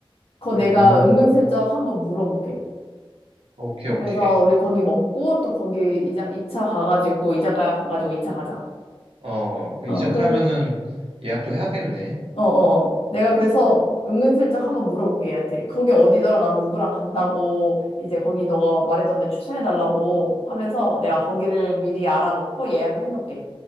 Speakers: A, on the left; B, on the right.
A: 그거
B: 음,
A: 내가 은근슬쩍 한번 물어볼게.
B: 오케이, 오케이.
A: 그래서 우리 거기 먹고 또 거기 이자, 2차 가가지고, 이자카야 가가지고 2차 가자.
B: 어, 그
A: 어,
B: 이적
A: 그렇
B: 가면은 예약도 해야겠네.
A: 어어. 내가
B: 음,
A: 그래서 은근슬쩍 한번 물어볼게, 얘한테. 거기 어디더라? 나 누구랑 간다고. 이제 거기 너가 말했던 데 추천해달라고 하면서 내가 거기를 미리 알아놓고 예약을 해놓을게.